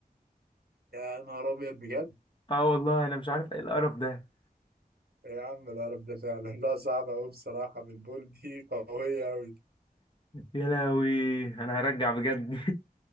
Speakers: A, on the right; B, on the left.
A: يا نهار ابيض بجد
B: اه والله انا مش عارف ايه القرف ده
A: إيه يا عم القرف ده فعلا لا صعبه قوي بصراحه بالبول دي <laughs> قويه قوي
B: يا لهوي انا هرجع بجد <laughs>